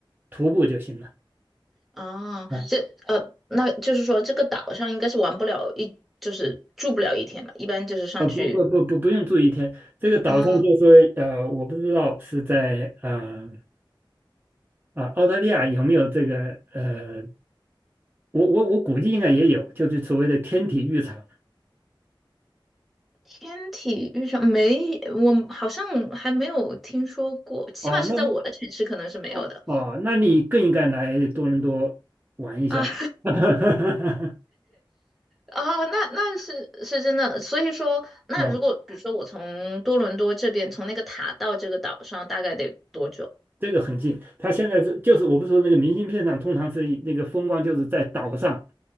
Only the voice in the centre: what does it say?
哦，
这呃，那就是说这个岛上应该是玩不了一，就是住不了一天吧？一般就是上去
啊，
天体遇上没，我好像还没有听说过，起码是在我的城市可能是没有的。
啊。
哦，那那是是真的，所以说，那如果比如说我从多伦多这边，
从那个塔到这个岛上，大概得多久？